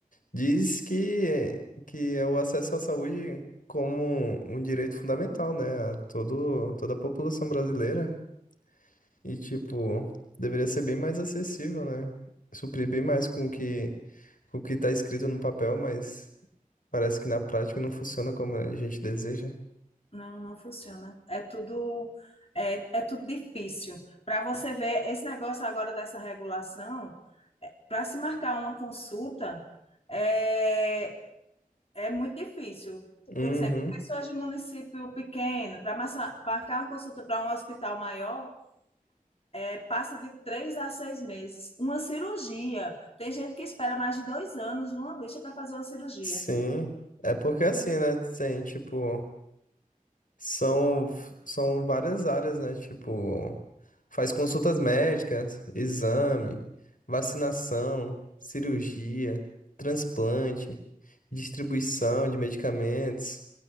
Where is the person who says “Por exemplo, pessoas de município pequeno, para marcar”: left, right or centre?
Left